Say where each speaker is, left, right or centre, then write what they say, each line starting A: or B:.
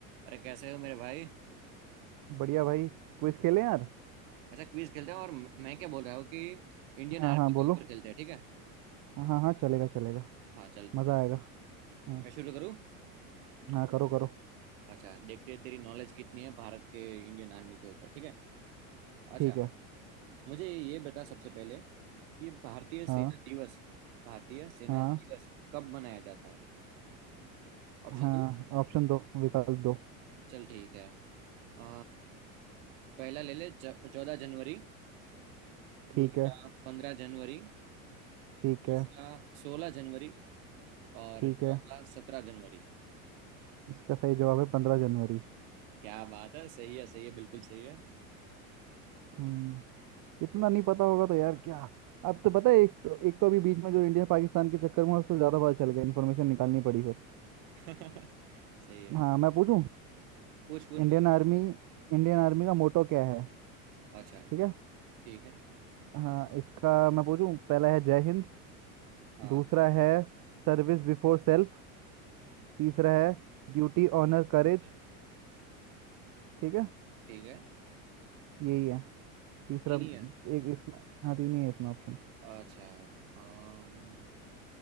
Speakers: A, on the right; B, on the right.
A: अरे कैसे हो मेरे भाई
B: बढ़िया भाई क्विज खेलें यार
A: अच्छा क्विज खेलते हैं और म- मैं क्या बोल रहा हूँ कि इंडियन
B: हाँ
A: आर्मी
B: हाँ बोलो
A: के ऊपर खेलते हैं ठीक है
B: हाँ हाँ चलेगा चलेगा
A: हाँ चल
B: मज़ा आएगा हाँ
A: मैं शुरू करूँ
B: हाँ करो करो
A: अच्छा देखते हैं तेरी नॉलेज कितनी है भारत के इंडियन आर्मी के ऊपर ठीक है अच्छा
B: ठीक है
A: मुझे ये बता सबसे पहले कि भारतीय सेना
B: हाँ
A: दिवस भारतीय सेना
B: हाँ
A: दिवस कब मनाया जाता है ऑप्शन
B: हाँ
A: दो
B: ऑप्शन दो विकल्प दो
A: चल ठीक है अ, पहला ले ले चौदह जनवरी
B: ठीक
A: दूसरा
B: है
A: पंद्रह जनवरी
B: ठीक
A: तीसरा
B: है
A: सोलह जनवरी और
B: ठीक है
A: चौथा सत्रह जनवरी
B: इसका सही जवाब है पंद्रह जनवरी
A: क्या बात है सही है सही है बिल्कुल सही है
B: हम्म इतना नहीं पता होगा तो यार क्या अब तो पता है एक तो एक तो अभी बीच में जो इंडिया पाकिस्तान के चक्कर में उसको ज़्यादा पता चल गया इन्फॉर्मेशन निकालनी पड़ी फिर
A: <laughs> सही है
B: हाँ मैं पूछूं
A: पूछ पूछ
B: इंडियन
A: भाई
B: आर्मी इंडियन आर्मी का मोटो क्या है
A: अच्छा
B: ठीक है
A: ठीक है
B: हाँ इसका मैं पूछूं पहला है जय हिंद
A: हाँ
B: दूसरा है सर्विस बिफोर सेल्फ तीसरा है ड्यूटी ऑनर करेज ठीक है
A: ठीक है
B: यही है तीसरा
A: नहीं नहीं है
B: एक इसमें हाँ तीन ही है इसमें ऑप्शन
A: अच्छा अम,